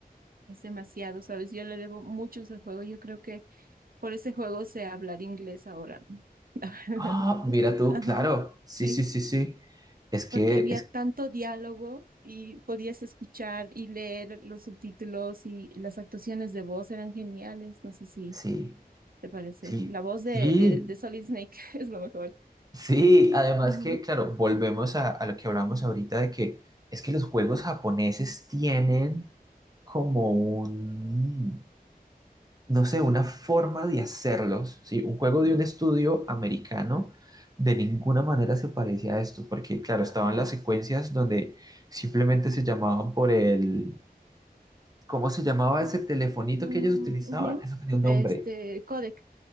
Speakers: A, on the right (about 65°); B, on the right (about 25°).
A: Es demasiado, ¿sabes? Yo le debo mucho ese juego. Yo creo que por ese juego sé hablar inglés ahora. ¿no? <laughs>
B: Ah, mira tú,
A: Ajá,
B: claro. Sí,
A: sí,
B: sí, sí, sí. Es que,
A: porque había
B: es,
A: tanto diálogo y podías escuchar y leer los subtítulos y las actuaciones de voz eran geniales. No sé si
B: sí,
A: te parece.
B: sí,
A: La voz
B: sí.
A: de, de, de Solid Snake <laughs> es lo mejor.
B: Sí, además
A: Ujú,
B: que, claro, volvemos a, a lo que hablamos ahorita de que es que los juegos japoneses tienen como un, no sé, una forma de hacerlos, ¿sí? Un juego
A: ujú,
B: de un estudio americano de ninguna manera se parece a esto, porque, claro, estaban
A: No.
B: las secuencias donde simplemente se llamaban por el, ¿cómo se llamaba ese telefonito
A: Mm,
B: que ellos utilizaban?
A: ujú.
B: Eso tenía un nombre
A: Este, codec.